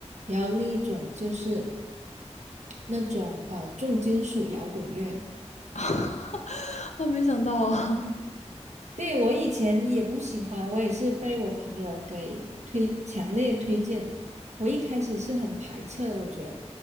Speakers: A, on the right; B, on the left.
A: 然后另一种就是那种呃重金属摇滚乐。
B: <laughs> 我没想到啊，
A: 对，我以前也不喜欢，我也是被我朋友给推，强烈推荐。我一开始是很排斥的，我觉得